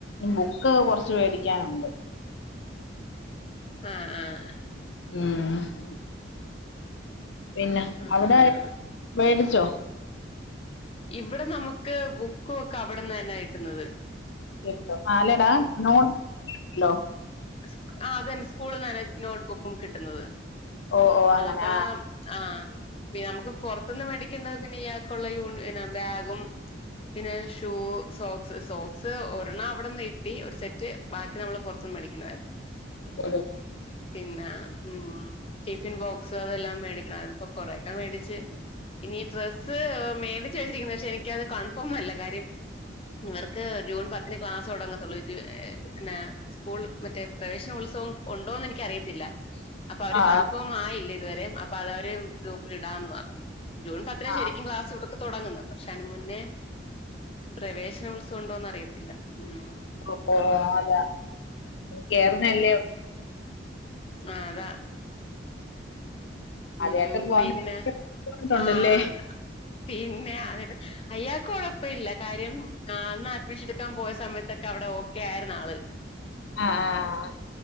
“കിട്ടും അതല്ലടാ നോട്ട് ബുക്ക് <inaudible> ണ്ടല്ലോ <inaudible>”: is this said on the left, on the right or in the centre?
Left